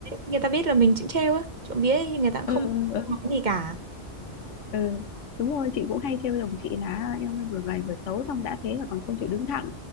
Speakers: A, on the right (about 40°); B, on the left (about 85°).
A: người ta biết là mình cũng trêu á trộm vía ấy, người ta cũng
B: ờ
A: không
B: ờ
A: không
B: ờ,
A: nói gì cả
B: ờ. đúng rồi chị cũng hay trêu chồng chị là "À, em ơi, vừa gầy vừa xấu xong đã thế là còn không chịu đứng thẳng